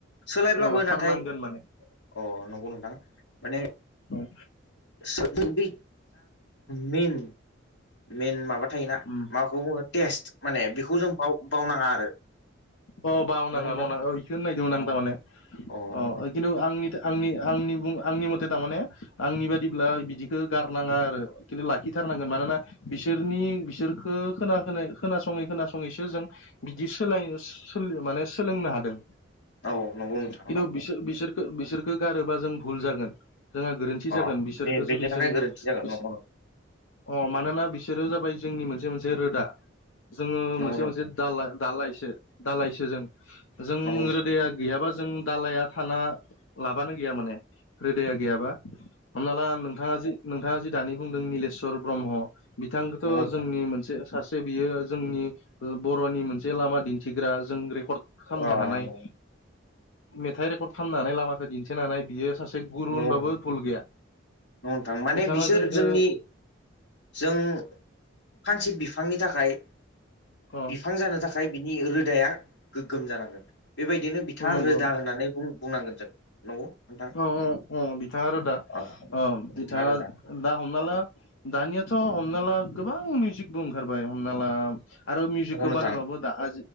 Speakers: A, on the left; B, on the left.
A: सोलायब्लाबो
B: ओ खारनांगोन
A: नाथाय
B: माने
A: अ नंगौ नोंथां माने
B: औ
A: सिगां बे मेइन <inaudible> मेन माबा थायोना
B: उम
A: माखौ बुङो टेस्ट माने बेखौ जों बाव बावनांआ आरो
B: ओ बावनाङा
A: नंगौ नोंथां
B: बावनाङा ओ इखौनो नायदोंमोन आं
A: अ
B: थारमाने
A: अ
B: ओ
A: नंगौ
B: खिन्थु आंनि आंनि आंनि बुं आंनि मथे थारमाने आंनि बादिब्ला बिदिखो गारनांआ आरो खिन्थु लाखिथारनांगोन मानोना बिसोरनि बि बिसोरखो खोना खोनासंयै खोनासंयैसो जों बिदि सोलाय सोलियो मानो सोलोंनो हादों
A: औ नंगौ नोंथां
B: खिन्थु
A: नंगौ
B: बिसोर बिसोर बिसोरखो गारोबा जों भुल जागोन जोंहा गोरोन्थि जागोन
A: अ
B: बिसोरखो
A: बे बेनि
B: जुदि
A: थाखाय
B: जों
A: गोरोन्थि जागोन
B: बि
A: नंगौ
B: जे अ मानोना बिसोरो जाबाय जोंनि मोनसे मोनसे रोदा जोङो
A: नंगौ
B: मोनसे-मोनसे
A: नोंथां
B: दालाय दालायसो दालायसो जों जों
A: नंगौ नोंथां
B: ओ रोदाया गैयाबा जों जों दालाया थाना लाबानो गैया माने रोदाया गैआबा हमना ला नोंथांआ जि नोंथांआ जि दानि बुंदों निलिसर ब्रह्म बिथां खो थ'
A: नंगौ नोंथां
B: जोंनि मोनसे ओनसोल सासे बियो जोंनि ओ बर'नि मोनसे लामा दिन्थिग्रा जों रेकर्ड खा खामनो
A: अ
B: हानाय
A: नंगौ
B: मेथाइ रेकर्ड खामनो हानाय लामाखौ दिन्थिनानै बियो सासे
A: नंगौ
B: गुरु होनबाबो
A: नोंथां
B: भुल गैया
A: नंगौ नोंथां माने
B: बिथांआ
A: बिसोर
B: जोंखो
A: जोंनि जों फांसे बिफांनि थाखाय
B: अ
A: बिफां जानो थाखाय आमफाय बिनि रोदाया गोग्गोम जानांगोन बेबायदिनो बिथांआ
B: नंगौ
A: रोदा होननानै बुं बुंनांगोन जों नंगौ नोंथां
B: औ औ औ बिथांआ रोदा
A: अ
B: औ बिथांआ
A: बिथा रोदा
B: दा हमना ला दानियाथ' हमना ला गोबां मिउजिकबो ओंखारबाय हमना ला आरो मिउजिकखो
A: नंगौ नोंथां
B: बानायबाबो दा आ